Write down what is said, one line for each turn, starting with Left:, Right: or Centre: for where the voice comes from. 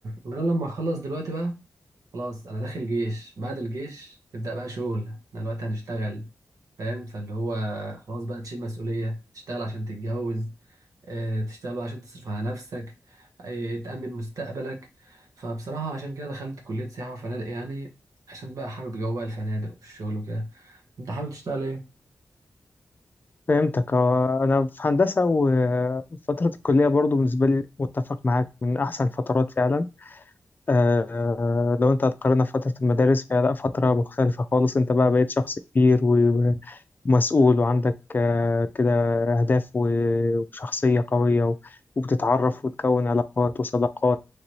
Right: ان انا لما اخلص دلوقتي بقى خلاص انا داخل جيش بعد الجيش تبدأ بقى شغل احنا دلوقتي هنشتغل فاهم فاللي هو خلاص بقى تشيل مسؤولية تشتغل عشان تتجوز آه، تشتغل بقى عشان تصرف على نفسك آه، تأمن مستقبلك فبصراحة عشان كده دخلت كلية سياحة وفنادق يعني عشان بقى حابب جو بقى الفنادق والشغل وكده انت حابب تشتغل ايه؟
Left: فهمتك آه، أنا في هندسة وفترة الكلية برضو بالنسبة لي متفق معاك من أحسن فترات فعلا آه، لو أنت هتقارنها بفترة المدارس فهي لأ فترة مختلفة خالص أنت بقى بقيت شخص كبير و مسؤول وعندك آه، كده أهداف و- وشخصية قوية و- وبتتعرف وتكون علاقات وصداقات